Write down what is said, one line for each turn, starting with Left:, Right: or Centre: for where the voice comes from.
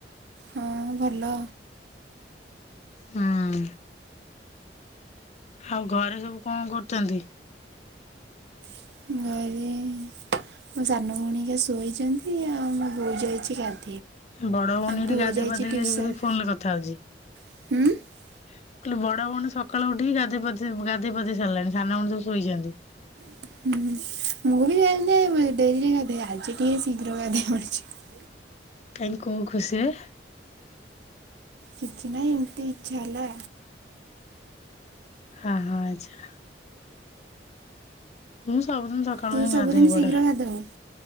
Right: ହୁଁ ଭଲ।
Left: ହଁ। ଆଉ ଘରେ ସବୁ କଣ କରୁଛନ୍ତି?
Right: <unintelligible>
Left: ବଡ ଭଉଣୀଟି
Right: ଆମ ପୁଅ
Left: ଗାଧୋଇ
Right: ଯାଇଛି
Left: ପାଧେଇକି
Right: ଟ୍ୟୁସନ୍
Left: ଫୋନ୍ ରେ କଥା ହଉଛି।
Right: <inaudible>
Left: <inaudible> କହିଲି ବଡ ଭଉଣୀ ସକାଳୁ ଉଠିକି ଗାଧୋଇ ପାଧେଇ ଗାଧୋଇ ପଧେଇ ସାରିଲାଣି ସାନ ଭଉଣ ସବୁ ଶୋଇଛନ୍ତି।
Right: <unintelligible>
Left: <inaudible> କାଇହିଁ କୋଉ ଖୁସିରେ?
Right: କିଛି ନାହିଁ ଏମିତି ଇଚ୍ଛା ହେଲା।
Left: ହଁ ହଁ ଆଛା। ମୁଁ ସବୁଦିନ୍ ସକାଳୁ
Right: ତୁ
Left: ଇଁ ଗାଧେଇ
Right: ସବୁଦିନ
Left: ପଡ଼େ
Right: ଶୀଘ୍ର ଗାଧାଉ